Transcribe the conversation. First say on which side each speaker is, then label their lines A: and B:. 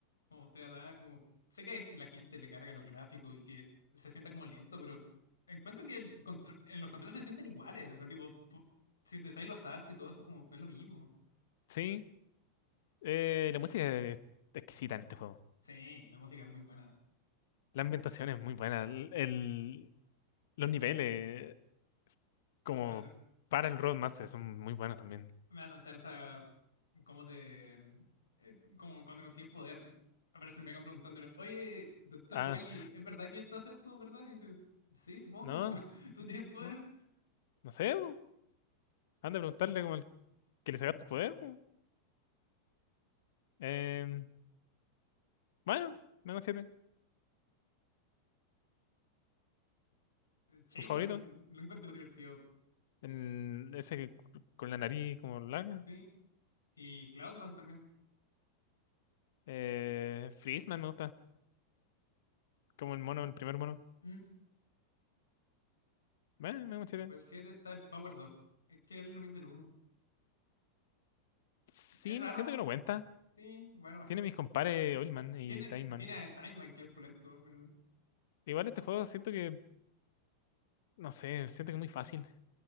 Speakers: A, on the left; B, on the left.
A: Como te da, como. Sé que la gente le carga los gráficos y que se sienta como lento, pero encuentro que el contro- en los controles se sienten iguales. O sea, tipo, pu- si te salen los saltos y todo eso, como es lo mismo.
B: Sí, eh, la música es exquisita en este juego.
A: Sí, la música es muy buena.
B: La ambientación es muy buena. El, el- los niveles, como
A: La ver-
B: para el Robot Master, son muy buenos también.
A: me da tanta esa como te. eh, Como cuando conseguí un poder, aparece el Mega Man preguntándole: Oye, doctor
B: Ah,
A: Wily,
B: <laughs>
A: ¿es verdad que esto hace esto, verdad? Y dice: Sí, supongo,
B: no,
A: <laughs> tú tienes poder.
B: no, no sé. bo. Han de preguntarle como que le sacaste el poder. po. Eh, bueno, menos 7.
A: Shademan
B: Tu favorito.
A: lo encuentro divertido,
B: El, ese que cu- con la nariz como larga.
A: ¿sí? Y Cloudman también.
B: Eh, Freezeman me gusta. Como el mono, el primer mono.
A: Mm.
B: Bueno, menos 7.
A: Después del 7 está el Power Dog. Es que es el remake del uno,
B: Sin,
A: Es raro,
B: siento que no cuenta.
A: sí. Bueno, bajé
B: Tiene
A: uno.
B: mis compares Oilman y
A: Tiene,
B: Time Man.
A: tiene a Time Man, que es pulento. me lo-
B: Igual este juego siento que, no sé, siento que es muy fácil.